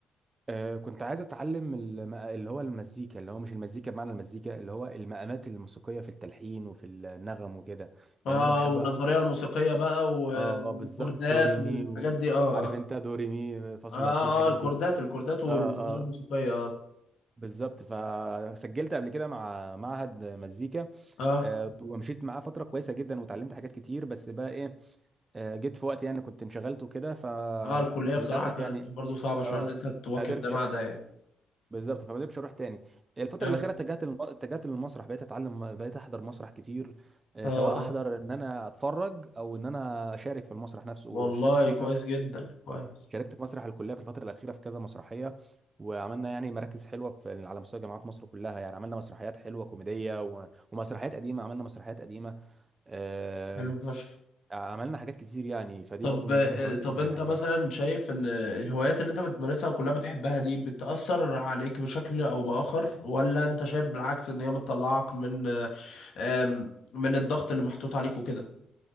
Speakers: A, on the right; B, on the left.
A: آه، كنت عايز اتعلم الم- اللي هو المزيكا اللي هو مش المزيكا بمعنى المزيكا اللي هو المقامات الموسيقيه في التلحين وفي النغم وكده
B: اه
A: لان انا بحب
B: والنظريه
A: اه
B: الموسيقيه بقى والكوردات
A: اه بالظبط دوري
B: والحاجات
A: مي و...
B: دي اه
A: عارف
B: اه
A: انت دوري مي فا صول
B: اه
A: لا سي الحاجات
B: الكوردات
A: دي
B: الكوردات والنظريه
A: اه اه
B: الموسيقيه اه
A: بالظبط فسجلت قبل كده مع معهد مزيكا
B: اه
A: آه، ومشيت معاه فتره كويسه جدا وتعلمت حاجات كتير بس بقى ايه آه، جيت في وقت يعني كنت انشغلت وكده فللاسف
B: اه الكليه بصراحه كانت
A: يعني
B: برضو صعبه شويه
A: اه
B: ان انت تواكب
A: ما قدرتش
B: ده مع ده يعني
A: بالظبط فما قدرتش اروح تاني الفتره
B: اه
A: الاخيره اتجهت للم... اتجهت للمسرح بقيت اتعلم بقيت احضر مسرح كتير آه،
B: اه
A: سواء احضر
B: اه
A: ان انا اتفرج او ان انا اشارك في المسرح نفسه
B: والله
A: وشاركت في
B: كويس
A: مسرح
B: جدا كويس
A: شاركت في مسرح الكليه في الفتره الاخيره في كذا مسرحيه وعملنا يعني مراكز حلوه في على مستوى جامعات مصر كلها يعني عملنا مسرحيات حلوه كوميديه و... ومسرحيات قديمه عملنا مسرحيات قديمه آه،
B: حلو فشخ
A: عملنا حاجات كتير يعني فدي
B: طب
A: برضو من
B: آه،
A: ضمن الهوايات
B: طب
A: اللي
B: انت
A: بحبها
B: مثلا شايف ان الهوايات اللي انت بتمارسها وكلها بتحبها دي بتأثر عليك بشكل او بآخر ولا انت شايف بالعكس ان هي بتطلعك من آه، آم، من الضغط اللي محطوط عليك وكده